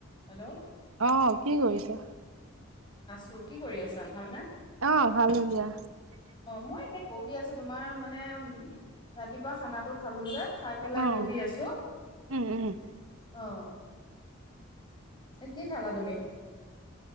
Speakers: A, on the left (about 20°); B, on the right (about 85°).
A: Hello?
B: আহ কি কৰিছা?
A: তোৰ কি কৰি আছা ভাল নে?
B: আহ ভাল হ দিয়া।
A: মই এনেই বহি আছো, তোমাৰ মানে উম ৰাতিপুৱা খানাটো খালো যে, খাই পেলাই
B: অ
A: বহি আছো।
B: উম উম
A: অ'। এ কি খালা তুমি?